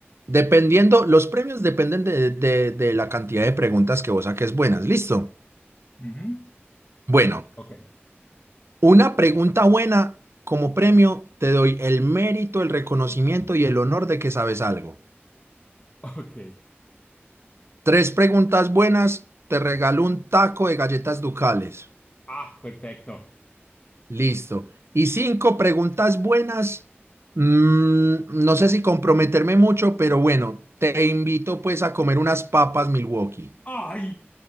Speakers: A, on the right; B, on the left.
A: Dependiendo, los premios dependen de, de de la cantidad de preguntas que vos saques buenas. Listo.
B: Ujú.
A: Bueno.
B: Ok,
A: Una pregunta buena como premio, te doy el mérito, el reconocimiento y el honor de que sabes algo.
B: <laughs> ok.
A: Tres preguntas buenas, te regalo un taco de galletas ducales.
B: Ah, perfecto.
A: Listo. Y cinco preguntas buenas, mm, no sé si comprometerme mucho, pero bueno, te invito pues a comer unas papas Milwaukee.
B: ¡Ay!